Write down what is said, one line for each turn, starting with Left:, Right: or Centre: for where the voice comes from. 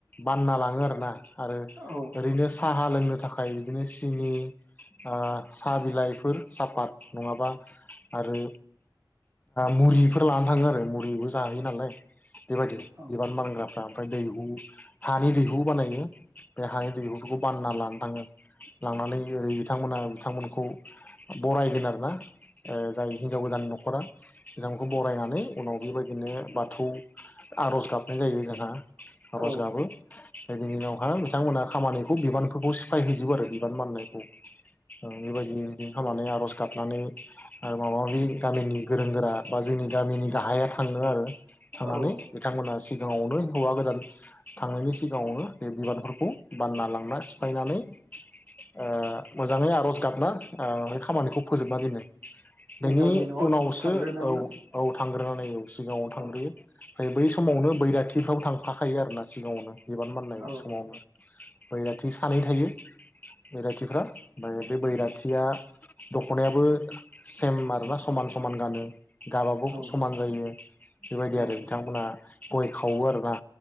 Left: बानना लाङो आरोना आरो
Right: औ
Left: ओरैनो <unintelligible> थाखाय बिदिनो सिनि ओ साहा बिलाइफोर साहापात नङाबा आरो मुरिफोर लान थाङो आरो मुरिबो जाहोयो नालाय बेबायदि
Right: औ
Left: बिबान बानग्राफ्रा ओमफ्राय दैहु हानि दैहु बानायो बेेहाय दैहुखौ लाना थाङो लांनानै ओरै बिथांमोना बिथांमोनखौ बरायगोन आरोना जाय हिनजाव गोदाननि न'खरा बिथांमोनखौ बरायनानै उनाव बेबायदिनो बाथौ आर'ज गाबनाय जायो ओजोंहा आर'ज
Right: औ
Left: गाबो फ्राय बिनि उनाव बिथांमोना खामानि खौ बिबानफोरखौ सिफायहैजोबो आरो बिबान बाननायखौ औ बिबायदिनो बे खामनानै आरज गाबनानै आरो माबा माबि गामिनि गोरों गोरा बा जोंनि गामिनि गाहाया थाङो आरो थांनानै
Right: औ
Left: बिथांमोना सिगाङावनो हौवा गोदान थांनायनि सिगाङावनो बे बिबानफोरखौ बान्ना ला ना सिफायनानै ओ मोजाङै आरज गाबना ओ बे खामानिखौ फोजोबना दोनो बेनि
Right: हिन्जावनि न'आव
Left: उनावसो
Right: थांग्रोनानै
Left: औ औ थांग्रोनानै औ सिगाङाव
Right: औ
Left: थांग्रोयो ओमफ्राय बै समावनो
Right: औ
Left: बैराथिफ्राव थां थाखायो आरो ना सिगाङावनो बिबान बाननाय
Right: औ
Left: समावनो बैराथि सानै थायो बैराथिफ्रा ओमफ्राय बे बैराथिया
Right: औ
Left: दख'नायाबो सेम आरोना समान समान गानो गाबाबो
Right: औ
Left: समान जायो बेबायदि
Right: औ
Left: आरो बिथांमोनहा गय खावो आरोना